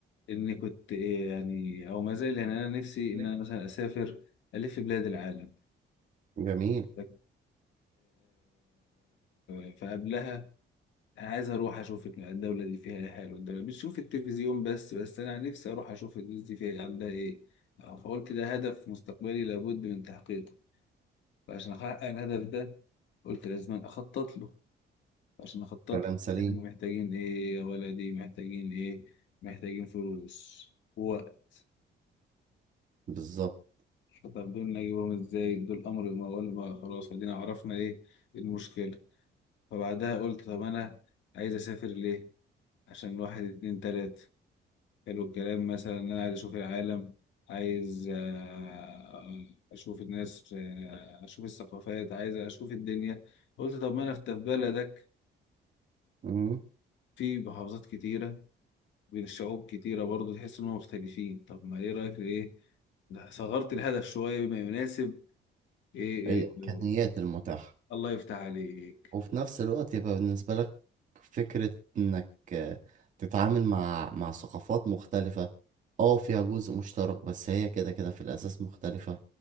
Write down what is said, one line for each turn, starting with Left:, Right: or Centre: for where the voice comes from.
Left: اني كنت إيه يعني او ما زال يعني انا نفسي ان
Right: إن-
Left: انا مثلا اسافر الف بلاد العالم
Right: جميل
Left: آه، آه، فقبلها انا عايز اروح اشوف الدوله دي فيها ايه حلو الدوله بتشوف التلفزيون بس بس انا نفسي اروح اشوف الناس دي فيها إيه، عندها ايه آه، فقلت ده هدف مستقبلي لابد من تحقيقه فعشان احقق الهدف ده قلت لازم اخطط له عشان اخطط
Right: كلام سليم
Left: له احنا محتاجين ايه يا ولدي محتاجين ايه محتاجين فلوس ووقت
Right: بالظبط
Left: طب دول نجيبهم ازاي دول امر ما ولا ما خلاص ادينا عرفنا ايه المشكله فبعدها قلت طب انا عايز اسافر ليه عشان واحد اتنين تلاته حلو الكلام مثلا انا عايز اشوف العالم عايز آه، اشوف الناس آه، اشوف الثقافات عايز اشوف الدنيا قلت طب ما انا في بلدك
Right: مم.
Left: في محافظات كتيرة بين الشعوب كتيرة برضو تحس انهم مختلفين طب ما ايه رأيك ايه لا، صغرت الهدف شوية بما يناسب ايه,
Right: الإمكانيات
Left: إيه
Right: المتاحة
Left: الله يفتح عليك
Right: وفي نفس الوقت يبقى بالنسبة لك فكرة انك آه، تتعامل مع مع ثقافات مختلفة اه فيها جزء مشترك بس هي كده كده في الأساس مختلفة